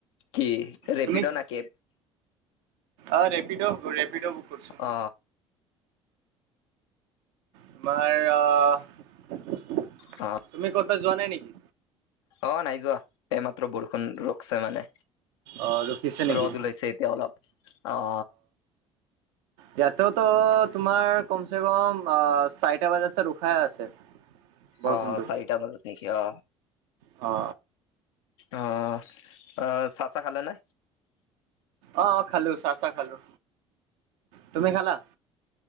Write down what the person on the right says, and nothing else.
তুমি
অ ৰেপিড' ৰেপিড' বুক কৰিছো।
তোমাৰ অ
তুমি কত'বাত যোৱা নাই নেকি?
অ' ৰখিছে নেকি
ইয়াতে ত তোমাৰ কমচে কম অ চাৰিটা বজাতছে ৰোখাই আছে। বৰষুণটো
অ।
অ অ খালো চাহ চাহ খালো। তুমি খালা?